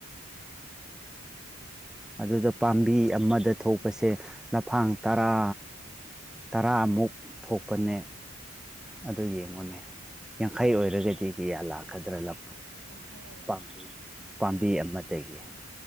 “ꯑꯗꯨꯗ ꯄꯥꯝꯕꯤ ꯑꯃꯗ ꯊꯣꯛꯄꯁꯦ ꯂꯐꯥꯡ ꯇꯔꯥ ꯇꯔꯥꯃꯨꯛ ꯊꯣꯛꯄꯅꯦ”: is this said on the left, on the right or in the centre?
Centre